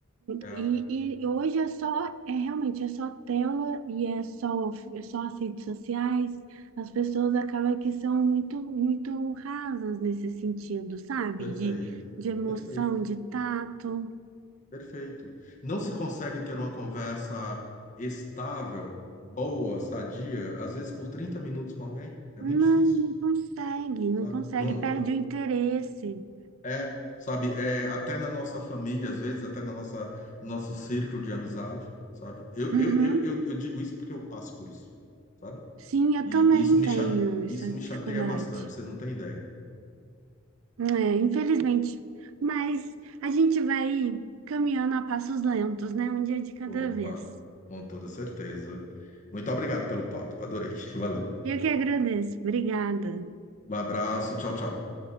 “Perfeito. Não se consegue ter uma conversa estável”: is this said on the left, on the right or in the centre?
Left